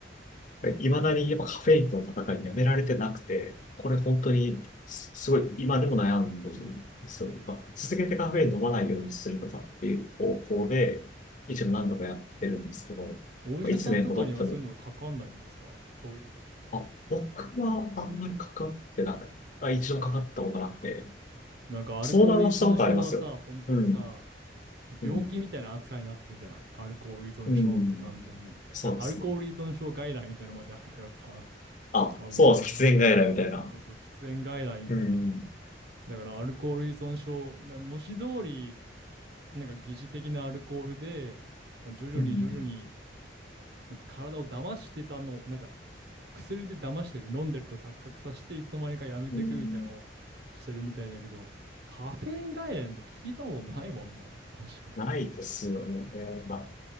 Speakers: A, on the left; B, on the right.
A: いまだにやっぱカフェインとの戦いやめられてなくて、これ本当にすすごい今でも悩んでるんですよ。
B: え
A: まあ続けてカフェイン飲まないようにするとかっていう方向で、一応何度かやってるんですけど、
B: お医者さんとかにはそういうのかかんないんですかそういう時って。
A: まあいつね、戻っても、あ、僕はあんまりかかってなくてあ、一度かかったことなくて、
B: なんかアルコール依存症はさ、
A: 相談はしたことありますよ。
B: 本当にさ、
A: うん、
B: 病気みたいな扱いになってるじゃないアルコール依存症って完全に。
A: うん、うん、そうですね。
B: なんかアルコール依存症外来みたいなのまであるからさ、
A: あ、
B: <laughs> まあ、
A: そうなんです。
B: もう、うー
A: 喫煙外来みたいな。
B: んそうそう、喫煙外来みたいな。
A: うん、
B: だからアルコール依存症、な文字通り、なんか疑似的なアルコールで、まあ徐々に徐々に、
A: うん、
B: 体を騙してたの、なんか薬で騙していく、飲んでると錯覚させて、いつの間にかやめていくみたいなのをしてるみたいだけど、
A: うん。
B: カフェイン外来なんて聞いたこともないもんな、確かに。
A: ないですよね。まあ、